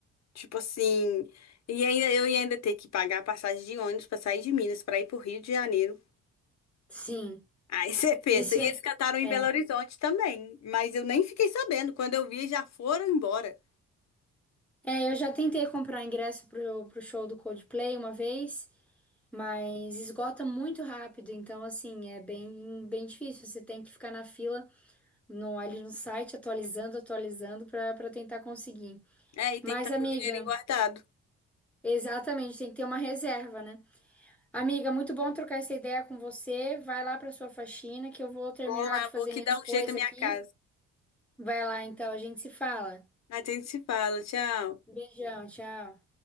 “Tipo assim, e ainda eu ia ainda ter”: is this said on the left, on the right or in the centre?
Left